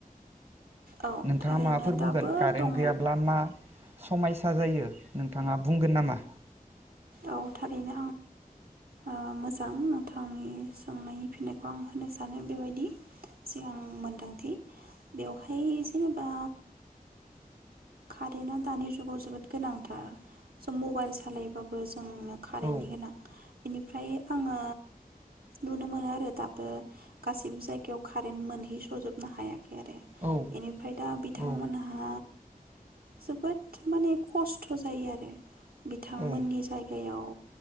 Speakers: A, on the right; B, on the right.
A: औ
B: नोंथाङा
A: थारैनो
B: माबाफोर बुंगोन
A: दाबो
B: कारेन्ट
A: दङ
B: गैयाब्ला मा समायसा जायो नोंथाङा बुंगोन नामा
A: औ थारैनो आं मोजां नोंथांनि सोंनायनि फिननायखौ आं होनो सानो बेबायदि जे आं मोनदांथि बेवहाय जेनेबा कारेन्टआ दानि जुगाव जोबोद गोनांथार ज' मबाइल सालायोबाबो बास जोंनो कारेन्टनि
B: औ
A: गोनां बेनिफ्राय आङो नुनो मोनो आरो दाबो गासैबो जायगायाव कारेन्ट मोनहैस'जोबनो हायाखै आरो
B: औ
A: बेनिफ्राय दा बिथांमोनहा
B: औ
A: जोबोद माने खस्थ' जायो आरो बिथांमोननि
B: औ
A: जायगायाव